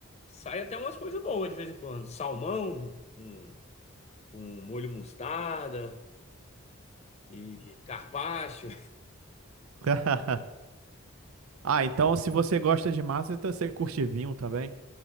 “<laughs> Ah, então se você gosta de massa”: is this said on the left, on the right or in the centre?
Right